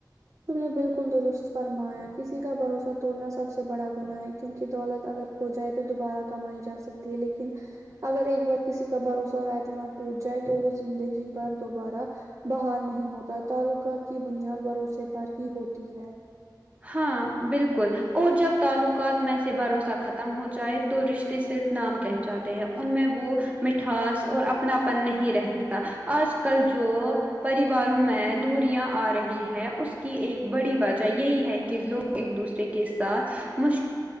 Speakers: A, on the right; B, on the right.
A: تم نے بالکل درست فرمایا کسی کا بھروسہ توڑنا سب سے بڑا گناہ ہے کیونکہ دولت اگر ہو جائے تو دوبارہ کمائی جا سکتی ہے لیکن اگر ایک بار کسی کا بھروسہ اور اعتماد ٹوٹ جائے تو وہ زندگی بھر دوبارہ بحال نہیں ہوتا تعلقات کی بنیاد بھروسے پر ہی ہوتی ہے
B: ہاں بالکل اور جب تعلقات میں سے بھروسہ ختم ہو جائے تو رشتے کے صرف نام رہ جاتے ہیں ان میں وہ مٹھاس اور اپناپن نہیں رہتا آج کل جو پریواروں میں دوریاں آ رہی ہے اس کی ایک بڑی وجہ یہی ہے کہ لوگ ایک دوسرے کے ساتھ مش